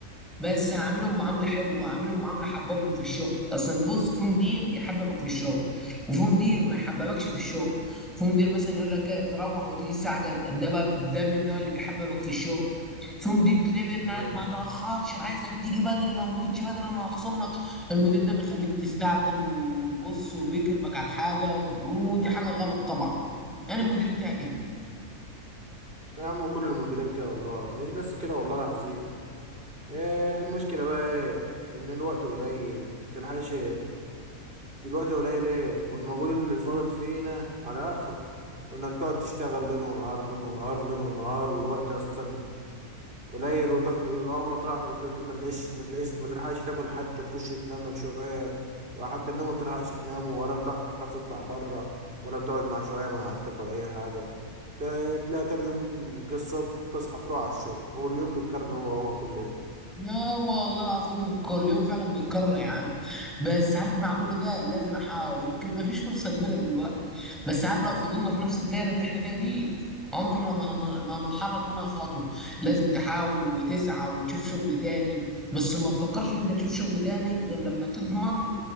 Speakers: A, in the centre; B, on the right.
A: بس هعملهم معامله حلوه هعملهم معامله حببهم في الشغل اصلا بص في مدير يحببك في الشغل وفي مدير ما يحببكش في الشغل في مدير مثلا يقول لك إيه، تروح وتيجي الساعه كذا ده بقى ده من النوع اللي بيحببك في الشغل في مدير تلاقيه بيرن
B: أيوة.
A: عليك ما تاخرش عايزك تيجي بدري لو ما جيتش بدري انا هخصم لك المدير ده بيخليك تستعجل وبص وبيكربك على الحاجه و- ودي حاجه غلط طبعا انا المدير بتاعي كده
B: يا عم كل المديرات كده والله مش بس كده والله العظيم آه، المشكلة بقى ايه ان الوقت قليل متلحقش الوقت قليل ايه والمجهود اللي فاضل فينا على اخر وانك تقعد تشتغل ليل ونهار ليل ونهار ليل ونهار والوقت اصلا قليل وتقعد تقول اول ما تروح من البيت ما تلاقيش ما تلاقيش ما تلحقش تاكل حتى تخش تنام لك شوية وحتى النوم ما بتلحقش تنام ولا بتعرف تطلع بره ولا بتقعد مع شوية مع عيلتك ولا اي حاجة ت- تلاقي تاني يوم جه الصبح تصحى تروح على الشغل واليوم بيتكرر هو هو كل يوم
A: لا والله العظيم كل يوم فعلا بيتكرر يا عم بس عارف مع كل ده لازم احاول يمكن ما فيش فرصه كبيره دلوقتي بس عارف لو فضلنا في نفس الدايره اللي احنا فيها دي عمرنا ما هن... ما هنتحرك منها خطوه لازم تحاول وتسعى وتشوف شغل تاني بس ما تفكرش ان انت تشوف شغل تاني غير لما تضمن